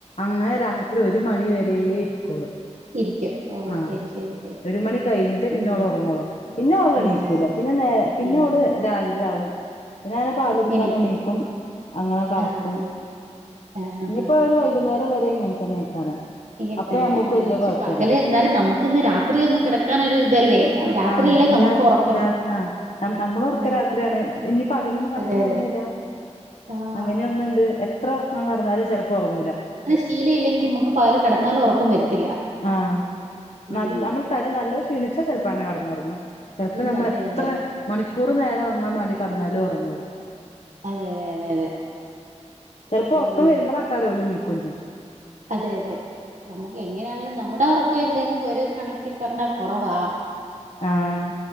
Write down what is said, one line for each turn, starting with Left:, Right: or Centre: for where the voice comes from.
Left: അങ്ങനെ രാത്രി ഒരു മണി വരെ ഇരിക്കോള്.
Right: ഇരിക്കും ഓ
Left: ആഹ്
Right: ശരി ശരി ശരി
Left: ഒരു
Right: ഉം
Left: മണി കഴിഞ്ഞിട്ട് പിന്നെ
Right: ഉം
Left: അവള് ഒറങ്ങുളൂ പിന്നെ അവളെണീക്കൂല
Right: ആഹ്
Left: പിന്നെ നേ പിന്നെ
Right: ഉം
Left: ഓള് രാവിലെ ആവും പിന്നെ അങ്ങനെ പാലുടുക്കാൻ
Right: എണീക്കാൻ
Left: എണീക്കും അങ്ങനെ കെടക്കും.
Right: ആഹ് അങ്ങനെ ആഹ് ആഹ്
Left: ഇഞ്ഞ്പ്പോ
Right: ആഹ്
Left: ഒര് വൈകുന്നേരം വരെ ഇങ്ങൻ തന്നെക്കാരം.
Right: ഇങ്ങൻ
Left: അപ്പൊ
Right: തന്നെ
Left: ഞമ്മക്ക്
Right: ആഹ്
Left: വല്യ
Right: പക്ഷെ
Left: കൊഴപ്പല്ല
Right: പകല് എന്നാലും നമുക്കിന്ന് രാത്രി ഒന്ന് കെടക്കാനൊരു ഇതല്ലേ. രാത്രിയല്ലേ
Left: ആഹ
Right: നമുക്ക്
Left: രാത്ര
Right: ഉറക്കം
Left: രാ ആഹ് നമ്മളെ ഒർക്കം
Right: ഉം
Left: രാത്രിയാണ് ഇനി പകലൊന്നും കെടന്ന്
Right: അതെ അതെ
Left: ഒറങ്ങുല
Right: ആഹ്
Left: അങ്ങനെയൊന്നുണ്ട് എത്ര ഒർങ്ങാ കെടന്നാലും ചെലപ്പോ ഒറങ്ങൂല
Right: ശീല ഇല്ലെങ്കി നമുക്ക് പകല് കെടന്നാലും ഒറക്കം വരത്തില്ല
Left: ആഹ്
Right: ഉം
Left: നല്ല നമ്മള് തടി നല്ല ക്ഷീണിച്ചാ ചെൽപ്പോ അങ്ങനെ കെടന്നൊറങ്ങും ചെൽപ്പോ
Right: അയ്യോ
Left: നമ്മൾ
Right: അതെ
Left: എത്ര
Right: അതെ അതെ
Left: മണിക്കൂർ നേരം ഒറങ്ങാൻ വേണ്ടി കെടന്നാലും ഒറങ്ങൂല
Right: അതെ അതെ അതെ അതെ
Left: ചെൽപ്പോ
Right: ഉം
Left: ഒറക്കം വരുമ്പളേക്കാരോൽ നീക്കും ചെയ്യും
Right: അതെ അതെ നമുക്ക് എങ്ങനെയാണിലും നമ്മുടെ ഒറക്കം എന്തായാലും ഒരു കണക്കിൽ പർഞ്ഞാ കൊറവാ
Left: ആഹ്